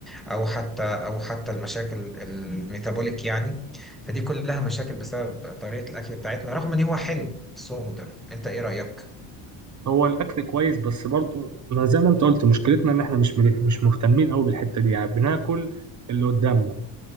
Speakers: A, in the centre; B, on the right (about 40°).
A: او حتى او حتى المشاكل الميتابوليك يعني فدي كلها مشاكل بسبب طريقه الاكل بتاعتنا رغم ان هو حلو بس هو مضر انت ايه رايك
B: هو الاكل كويس بس برضو ما زي ما انت قلت مشكلتنا ان احنا مش مش مهتمين قوي بالحته دي يعني بناكل اللي قدامنا